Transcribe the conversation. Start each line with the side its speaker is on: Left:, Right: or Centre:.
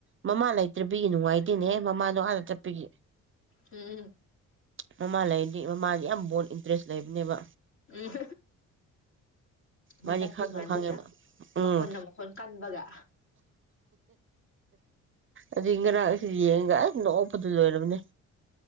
Right: ꯃꯃꯥ ꯂꯩꯇ꯭ꯔꯕꯤ ꯅꯨꯡꯉꯥꯏꯇꯦꯅꯦꯍ ꯃꯃꯥꯗꯣ ꯑꯥꯗ ꯆꯠꯄꯤꯒꯦ
Left: ꯎꯝ
Right: ꯃꯃꯥ ꯂꯩꯔꯗꯤ ꯃꯃꯥꯗꯤ ꯌꯥꯝ ꯕꯣꯜ ꯏꯟꯇꯔꯦꯁ ꯂꯩꯕꯅꯦꯕ
Left: ꯎꯝ ꯃꯁꯛꯅꯤꯤ
Right: ꯃꯥꯗꯤ ꯈꯪꯁꯨ
Left: ꯃꯥꯟꯗꯅ
Right: ꯈꯪꯉꯦꯕ ꯎꯝ
Left: ꯃꯈꯣꯟꯅ ꯃꯈꯣꯟ ꯀꯟꯕꯒ
Right: ꯑꯗꯨꯗꯒꯤ ꯉꯔꯥꯡ ꯑꯁꯤ ꯌꯦꯡꯒ ꯑꯁ ꯅꯣꯛ ꯑꯣꯄꯗꯨ ꯂꯣꯏꯔꯕꯅꯦ